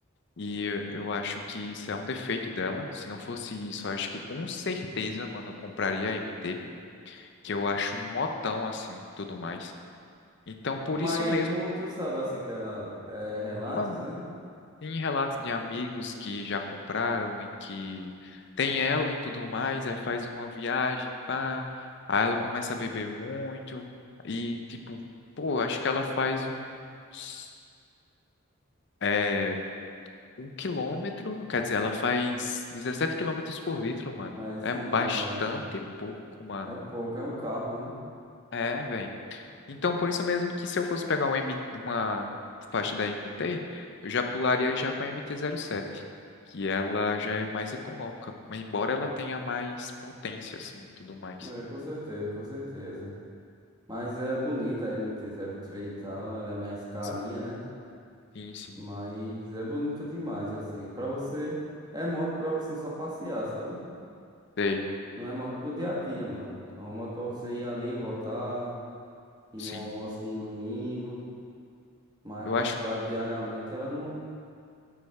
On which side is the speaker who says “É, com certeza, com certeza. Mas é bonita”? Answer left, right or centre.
Right